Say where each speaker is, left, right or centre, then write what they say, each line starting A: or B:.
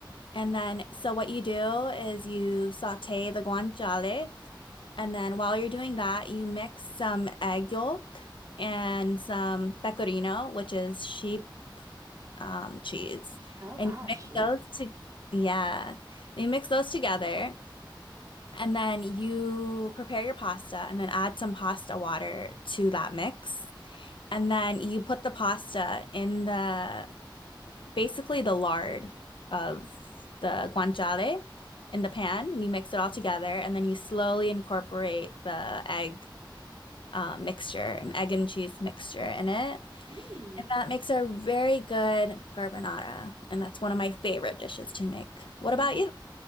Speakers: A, on the left; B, on the right.
A: And then, so what you do is you saute the guanciale. And then while you're doing that, you mix some egg yolk and some pecorino, which is sheep um, cheese.
B: Oh, wow,
A: And you mix
B: a sheep.
A: those to, yeah, you mix those together. And then you prepare your pasta and then add some pasta water to that mix. And then you put the pasta in the basically the lard of the guanciale in the pan, and you mix it all together, and then you slowly incorporate the egg uh, mixture, egg and cheese mixture in it.
B: Mm.
A: And that makes a very good carbonara, and that's one of my favorite dishes to make. What
B: Wow.
A: about you?